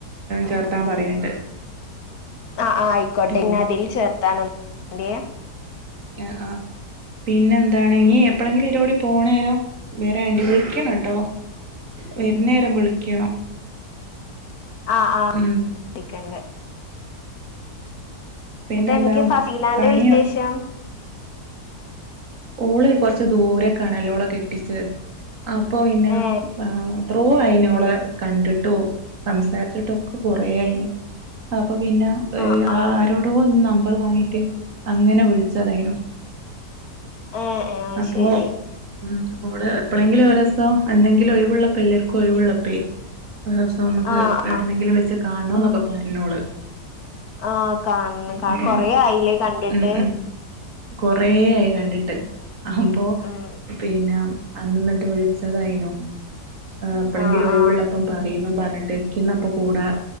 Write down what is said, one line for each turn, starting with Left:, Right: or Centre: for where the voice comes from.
Right: ചേർത്താൻ പറയണ്ട്.
Left: ആ ആ ആയിക്കോട്ടെ
Right: ട്ടോ
Left: ഇന്നെ അതിൽ ചേർത്താനൊന്ന് <inaudible> തിയേ.
Right: ആ ആ പിന്നെ എന്താണ് ഇനി എപ്പൊളെങ്കിലും ഈലൂടി പോണേരം വെരേണ്ടി വിളിക്കണംട്ടോ വര്ന്നേരം വിളിക്കണം
Left: ആ ആ
Right: ഉം
Left: വിളിക്കണ്ട്
Right: പിന്നെ എന്താ
Left: എനിക്ക് ഫസീലാന്റെ
Right: പണിയൊ
Left: വിശേഷം
Right: ഓള് കൊർച്ച് ദൂരേക്കാണല്ലോ ഓളെ കെട്ടിച്ചത് അപ്പൊ പിന്നെ
Left: ഏ
Right: <inaudible> എത്രോ അയീന് ഓളെ കണ്ടിട്ടും സംസാരിച്ചിട്ടും ഒക്കെ കൊറേ ആയീന്. അ അപ്പൊ പിന്നെപെ
Left: ആ ആ
Right: ആരോടോ ഒന്ന് ന മ്പർ വാങ്ങീട്ട് അങ്ങനെ വിളിച്ചതേയ്നു
Left: ഏ ഏ അത്
Right: അപ്പോ
Left: ശരി
Right: ഉം ഓള് എപ്പളെങ്കിലും ഒരോസം എന്നെങ്കിലും ഒഴിവള്ളപ്പ എല്ലാർക്കും ഒഴിവുള്ളപ്പേ ഒരോസമ്മക്ക്
Left: ആ
Right: ഏട്ന്നെങ്കിലും
Left: ആ
Right: വെച്ച് കാണണോന്നെക്കെ പറഞ്ഞോള്.
Left: ആ കാണണം
Right: അപ്പൊ
Left: കൊറേ ആയില്ലേ കണ്ടിട്ട്
Right: ഉം ഉം കൊറേ ആയി കണ്ടിട്ട് അപ്പൊ
Left: ഉം
Right: പിന്ന അന്ന്ന്നിട്ട് വിളിച്ചതായിനു എപ്പളെങ്കിലും
Left: ആ
Right: ഒഴിവള്ളപ്പം
Left: ആ
Right: പറീന്നും പറ എൺട്ട് ക്കിന്നപ്പ കൂടാ